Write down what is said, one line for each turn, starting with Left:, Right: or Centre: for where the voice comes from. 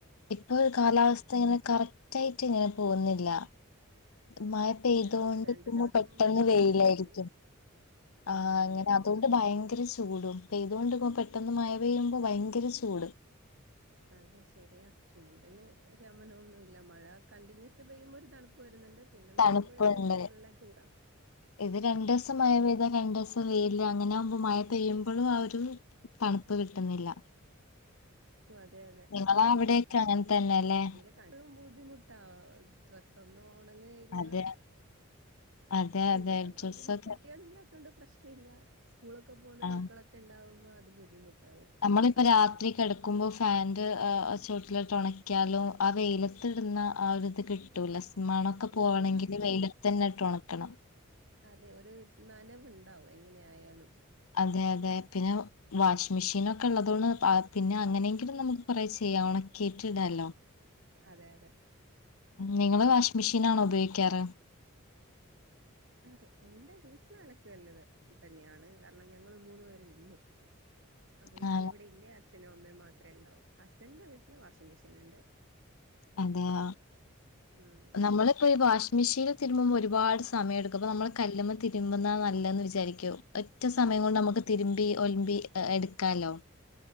Left: ഇപ്പൊ ഒരു
Right: ഉം
Left: കാലാവസ്ഥ ഇങ്ങനെ കറക് റ്റായിറ്റ് ഇങ്ങനെ പോകുന്നില്ല മഴ പെയ്തൊണ്ടിക്കിമ്പൊ
Right: ഇല്ല രണ്ടു ദിവസം
Left: പെട്ടെന്ന്
Right: വെയിലാണെങ്കിൽ
Left: വെയിലായിരിക്കും
Right: ഉം
Left: ആഹ് അങ്ങന അതുകൊണ്ട് ഭയങ്കര ചൂടും പ്പെയ്തോണ്ടിക്കുമ്പോ പെട്ടെന്ന് മഴ പെയ്യുമ്പോ ഭയങ്കര ചൂട്
Right: അത് ശെരിയാ ചൂടിന് ശമനൊന്നുല്ല മഴ കണ്ടിന്യൂസ് പെയ്യുമ്പോ ഒരു തണ് പ്പ് വരുന്നുണ്ട് പിന്നെ നി
Left: തണുപ്പുണ്ട്
Right: ക്കുമ്പോഴത്തേക്കും നല്ല ചൂടാ
Left: ഇത് രണ്ട് ദിവസം മഴ പെയ്ത രണ്ട് ദിവസം വെയില് അങ്ങനെ ആകുമ്പോ മഴ പെയ്യുമ്പളും ആ ഒരു തണുപ്പ് കിട്ടുന്നില്ല
Right: അതെ അതെ
Left: നിങ്ങള
Right: പക്ഷെ
Left: അവിടെക്കെ അങ്ങനെ തന്നെല്ലേ
Right: <unintelligible> ബുദ്ധിമുട്ടാ ഡ്രസ്സന്നും ഒണങ്ങേയില്ല
Left: അതെ അതെ
Right: ഇവിടൊന്നും
Left: അതെ ഡ്രസ്സൊക്കെ
Right: പിന്നെ കുട്ടികളില്ലാത്തോണ്ട് പ്രശ്നില്ല സ്കൂളൊക്കെ പോകുന്ന
Left: ആ
Right: മക്കളൊക്കെ ഇണ്ടാവുമ്പോ അത് ബുദ്ധിമുട്ടാവും
Left: നമ്മളിപ്പ രാത്രി കെടക്കുമ്പോ ഫാന്റെ ചോട്ടിലിട്ട് ഉണക്യാലും ആ വെയിലത്തിടുന്ന ആ ഒരിത് കി ട്ടുല സ്മണൊക്കെ പോകണെങ്കില്
Right: ഇല്ല
Left: വെയിലത്തെന്നെട്ട് ഒണക്കണം
Right: അതെ ഒരു നനവ്ണ്ടാവും എങ്ങനെ ആയാലും
Left: അതെ അതെ <unintelligible> വാഷിംഗ് മെഷീനൊക്കെ ഉള്ളതുകൊണ്ട് ആ പിന്നെ അങ്ങനെങ്കിലും നമുക്ക് കുറെ ചെയ്യാ ഒണക്കീട്ടിടാല്ലോ
Right: അതെ അതെ
Left: നിങ്ങള് വാഷിംഗ് മെഷീനാണോ ഉപയോഗിക്കാറ്?
Right: അതെ എന്റെ വീട്ടില് അലക്ക് കല്ല് തന്നെയാണ് കാരണം ഞങ്ങള് മൂന്ന് പേരേ ഉള്ളൂ അപ്പൊ
Left: ആ
Right: ഞാനിവിടെ ഇല്ലേ അത് അച്ഛനും അമ്മയും മാത്രേ ഇണ്ടാവു ഹസ്ബൻഡിന്റെ വീട്ടില് വാഷിംഗ് മെഷീൻ ഇണ്ട്
Left: അതെയോ
Right: ഉം
Left: നമ്മളിപ്പോ ഈ വാഷിംഗ് മെഷീല് തിരുമ്പ്പോ ഒരുപാട് സമയം എടുക്കും അപ്പ നമ്മള് കല്ലുമ്മതിരുമ്പുന്ന നല്ലത് വിചാരിക്കും ഒറ്റ സമയം കൊണ്ട് നമുക്ക് തിരുമ്പി ഒലുമ്പി എടുക്കാലോ